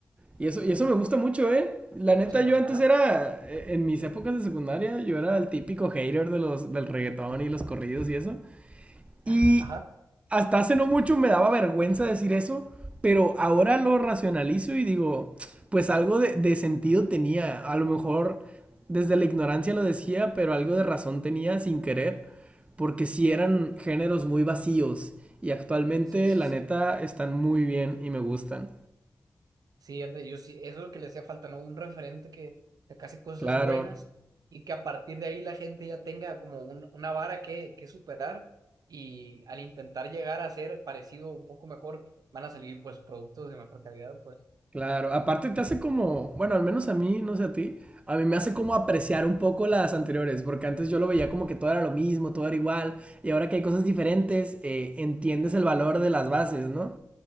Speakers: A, on the right (about 20°); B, on the right (about 90°).
A: Y eso, y eso me gusta mucho, ¿eh? La neta,
B: Simón,
A: yo antes
B: ajá.
A: era, eh, en mis épocas de secundaria, yo era el típico hater de los, del reggaetón y los corridos y eso. Y
B: <laughs> Ajá.
A: hasta hace no mucho me daba vergüenza decir eso, pero ahora lo racionalizo y digo, pues algo de, de sentido tenía. A lo mejor desde la ignorancia lo decía, pero algo de razón tenía sin querer, porque sí eran géneros muy vacíos. Y actualmente,
B: Sí, sí,
A: la
B: sí.
A: neta, están muy bien y me gustan.
B: Sí, anda, yo sí, eso es lo que le hacía falta, ¿no? Un referente que sacase cosas
A: Claro.
B: buenas y que a partir de ahí la gente ya tenga como un- una vara que, que superar y al intentar llegar a ser parecido un poco mejor, van a salir pues productos de mejor calidad, pues.
A: Claro, aparte te hace como, bueno, al menos a mí, no sé a ti, a mí me hace como apreciar un poco las anteriores, porque antes yo lo veía como que todo era lo mismo, todo era igual, y ahora que hay cosas diferentes, eh, entiendes el valor de las bases, ¿no?